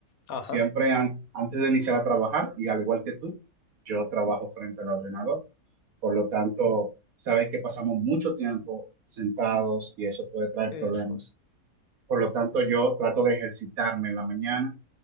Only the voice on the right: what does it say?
Siempre an- antes de iniciar a trabajar, y al igual que tú, yo trabajo frente al ordenador. Por lo tanto, sabes que pasamos mucho tiempo sentados y eso puede traer
problemas.
Por lo tanto, yo trato de ejercitarme en la mañana